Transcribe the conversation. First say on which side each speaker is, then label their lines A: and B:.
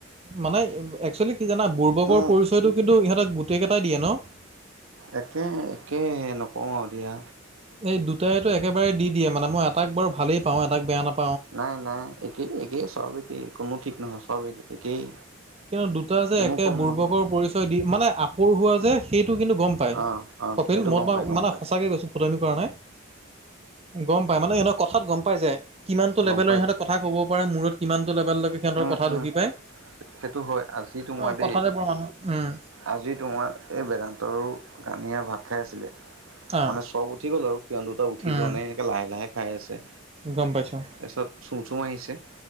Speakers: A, on the right (about 30°); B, on the right (about 85°).
A: মানে একচুৱেলি কি জানা বুৰ্বকৰ
B: উম
A: পৰিচয়টো কিন্তু ইহঁতে গোটেই কেইটাই দিয়ে ন।
B: একে একে নকওঁ আৰু দিয়া।
A: এই দুটাইতো একেবাৰে দি দিয়ে মানে মই এটাক বাৰু ভালেই পাওঁ এটাক বেয়া নাপাওঁ,
B: নাই নাই একেই একেই চব একেই কোনো ঠিক নহয় চব একেই।
A: কিয় দুটা যে
B: কোনো
A: একে
B: কম
A: বুৰ্বকৰ
B: নহয়
A: পৰিচয় দি মানে আপোৰ হোৱা যে। সেইটো কিন্তু গম পায়
B: অ অ
A: কপিল
B: সেইটো
A: মোৰ
B: গম
A: পৰা
B: পাই গম
A: মানে
B: পাই
A: সঁচাকৈ কৈছো। কৰা নাই গম পাই মানে এনে কথাত গম পাই যায়। কিমানটো
B: গম
A: লেভেলৰ
B: পাই
A: ইহঁতে
B: যায়
A: কথা ক'ব পাৰে মূৰত কিমানটো লেভেললৈকে সিহঁতৰ
B: উম
A: কথা ঢুকি
B: উম
A: পায়।
B: সেইটো হয় আজি তোমাৰ
A: অ
B: দেই
A: কথা টাইপৰ মানুহ উম।
B: আজি তোমাৰ এই বেদান্তৰো কানিয়া ভাত খাই আছিলে।
A: অ
B: মানে চব উঠি গ'ল আৰু সিহঁত দুটা উঠি
A: উম
B: যোৱা নাই, এনেকে লাহে লাহে খাই আছে
A: গম পাইছোঁ
B: তাৰপিছত চুম চুম আহিছে।